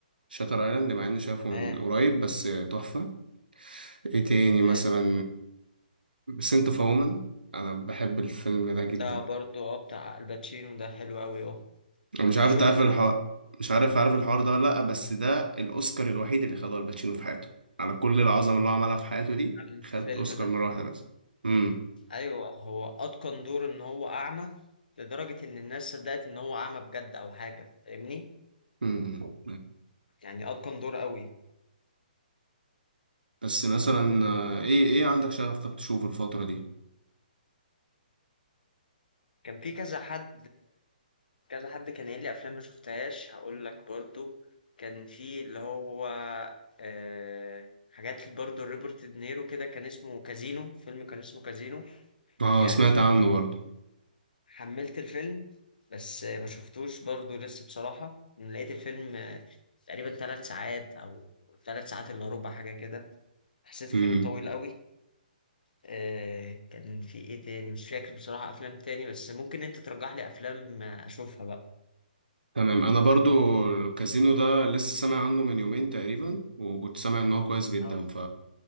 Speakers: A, on the right; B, on the left.
A: شاتر ايلاند مع اني شايفه
B: تمام
A: من قريب بس آه، تحفة ايه تاني
B: تمام
A: مثلا سنت اوف وومن انا بحب الفيلم ده جدا
B: ده برضو اه بتاع الباتشينو ده حلو قوي اه
A: ومش
B: انا
A: عارف
B: ده شفته
A: انت عارف الحوار
B: برضو
A: مش عارف عارف الحوار ده ولا لا بس ده الاوسكار الوحيد اللي خده الباتشينو في حياته على كل العظمة اللي هو عملها في حياته دي
B: الفيلم
A: خد اوسكار
B: ده
A: مرة واحدة بس امم
B: ايوه هو اتقن دور ان هو اعمى لدرجة ان الناس صدقت ان هو اعمى بجد او حاجة فاهمني
A: امم
B: يعني اتقن دور قوي
A: بس مثلا آه، ايه ايه عندك شغف طب تشوف الفترة دي
B: كان في كذا حد كذا حد كان قايل لي افلام ما شفتهاش هقول لك برضو كان في اللي هو آه حاجات برضو روبرت دينيرو كده كان اسمه كازينو فيلم كان اسمه كازينو
A: اه
B: يعني
A: سمعت عنه
B: حملت الفيلم بس ما شفتوش برضو لسه بصراحة لقيت الفيلم تقريبا ثلاث ساعات أو ثلاث ساعات إلا ربع حاجة كده حسيت فيلم
A: برضه
B: طويل قوي آه كان في إيه تاني مش فاكر بصراحة أفلام تاني بس ممكن أنت ترجح لي أفلام أشوفها بقى
A: تمام انا برضو الكازينو ده لسه سامع عنه من يومين تقريبا وكنت سامع ان هو كويس جدا
B: اه
A: ف